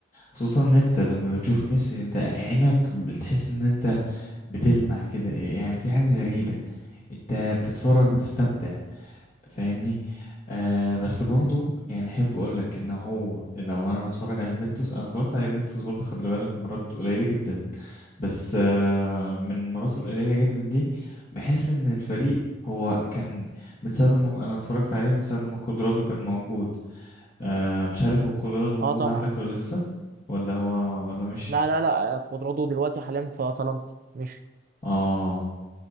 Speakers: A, on the left; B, on the right.
A: خصوصا ان انت لما بتشوف ميسي انت عينك بتحس ان انت بتلمع كده يعني في حاجة غريبة انت بتتفرج بتستمتع فاهمني آه بس برضو يعني احب اقول لك ان هو لو انا بتفرج على يوفنتوس انا اتفرجت على يوفنتوس برضو خلي بالك مرات قليله جدا بس آه من المرات القليله جدا دي بحس ان الفريق هو كان من ساعه لما انا اتفرجت عليه من ساعه لما كودرادو كان موجود آه مش عارف هو كودرادو موجود
B: اه طبعا
A: عندك ولا لسه ولا هو ولا مش
B: لا لا لا خضراته دلوقتي حاليا في طلنطا مش
A: اه